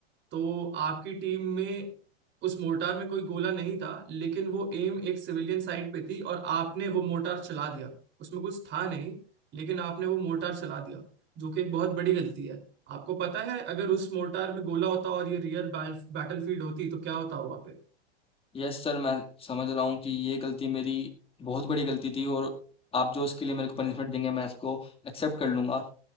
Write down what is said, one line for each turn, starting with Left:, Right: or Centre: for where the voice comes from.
Right: तो आपकी टीम में उस मोर्टार में कोई गोला नहीं था लेकिन वो एम एक सिविलियन साइट पे थी और आपने वो मोर्टार चला दिया उसमें कुछ था नहीं लेकिन आपने वो मोर्टार चला दिया जो कि एक बहुत बड़ी गलती है आपको पता है अगर उस मोर्टार में गोला होता और ये रियल बैटल फील्ड होती तो क्या होता हुआ
Left: Yes sir मैं समझ रहा हूँ कि ये गलती मेरी बहुत बड़ी गलती थी और आप जो इसके लिए मेरे को पनिशमेंट देंगे मैं इसको एक्सेप्ट कर लूंगा